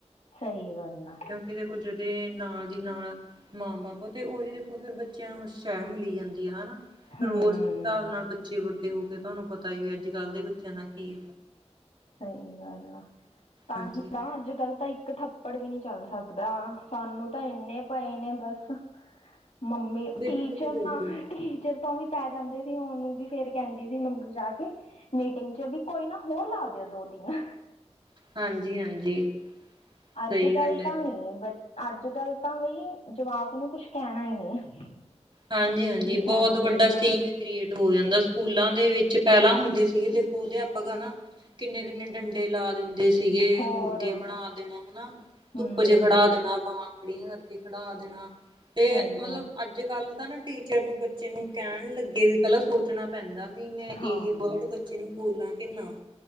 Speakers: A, on the left (about 80°); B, on the right (about 45°).
A: ਸਹੀ ਗੱਲ ਆ।
B: ਕਿਉਂਕਿ ਦੇਖੋ ਜਦੇ ਨਾਲ ਦੀ ਨਾਲ ਮਾਂ ਬਾਪ ਤੇ ਉਹੀ ਦੇਖੋ ਫਿਰ ਬੱਚਿਆਂ ਨੂੰ ਸ਼ਹਿ ਮਿਲੀ ਜਾਂਦੀ ਆ ਹਨਾ ਫਿਰ
A: ਹਮ
B: ਓਸ ਹਿਸਾਬ ਨਾਲ ਬੱਚੇ ਵੱਡੇ ਹੋ ਕੇ ਤੁਹਾਨੂੰ ਪਤਾ ਹੀ ਵੀ ਅੱਜ ਕੱਲ੍ਹ ਦੇ ਬੱਚਿਆਂ ਦਾ ਕੀ
A: ਸਹੀ ਗੱਲ ਆ, ਤਾਂ
B: ਹਾਂਜੀ
A: ਹੀ ਨਾ ਅੱਜ ਕੱਲ ਤਾਂ ਇੱਕ ਥੱਪੜ ਵੀ ਨਹੀਂ ਚੱਲ ਸਕਦਾ ਸਾਨੂੰ ਤਾਂ ਇੰਨੇ ਪਏ ਨੇ ਬਸ। ਮੰਮੀ
B: ਬਿਲਕੁਲ
A: ਟੀਚਰ
B: ਬਿਲਕੁਲ
A: ਨਾ ਟੀਚਰ ਤੋਂ ਵੀ ਪੈ ਜਾਂਦੇ ਸੀ ਉਹਨੂੰ ਵੀ ਫੇਰ ਕਹਿੰਦੀ ਸੀ ਮੰਮੀ ਜਾ ਕੇ ਮੀਟਿੰਗ ਚ ਵੀ ਕੋਈ ਨਾ ਹੋਰ ਲਾ ਦਿਓ ਦੋ-ਤਿੰਨ।
B: ਹਾਂਜੀ ਹਾਂਜੀ
A: ਅੱਜਕੱਲ
B: ਸਹੀ ਗੱਲ ਹੈ
A: ਤਾਂ ਨੀ ਬ ਅੱਜਕੱਲ ਤਾਂ ਬਈ ਜਵਾਕ ਨੂੰ ਕੁਛ ਕਹਿਣਾ ਹੀ ਨਹੀਂ।
B: ਹਾਂਜੀ-ਹਾਂਜੀ
A: ਵੀ ਸਾਡੇ
B: ਬਹੁਤ ਵੱਡਾ
A: ਜਵਾਕ
B: ਸੀਮ ਕ੍ਰੀਏਟ ਹੋ ਜਾਂਦਾ ਸਕੂਲਾਂ ਦੇ ਵਿੱਚ ਪਹਿਲਾਂ ਹੁੰਦੇ ਸੀਗੇ ਦੇਖੋ ਅਧਿਆਪਕ ਹਨਾ ਕਿੰਨੇ-ਕਿੰਨੇ ਡੰਡੇ ਲਾ ਦਿੰਦੇ ਸੀ। ਸੀਗੇ
A: ਹੋਰ
B: ਮੁਰਗੇ ਬਣਾ ਦੇਣਾ ਹਨਾ, ਧੁੱਪ
A: ਹਮ
B: ਚ ਖੜਾ ਦੇਣਾ ਬਾਹਾਂ ਖੜੀਆਂ ਕਰਕੇ ਖੜਾ ਦੇਣਾ, ਤੇ
A: ਸਹੀ
B: ਮਤਲਬ
A: ਗੱਲ
B: ਅੱਜਕੱਲ ਨਾ ਟੀਚਰ ਨੂੰ ਬੱਚੇ ਨੂੰ ਕਹਿਣ ਲੱਗੇ ਵੀ ਪਹਿਲਾਂ ਸੋਚਣਾ ਪੈਂਦਾ ਵੀ ਮੈਂ ਇਹ
A: ਹਾਂ
B: ਵਰਡ ਬੱਚੇ ਨੂੰ ਬੋਲਾਂ ਕਿ ਨਾ।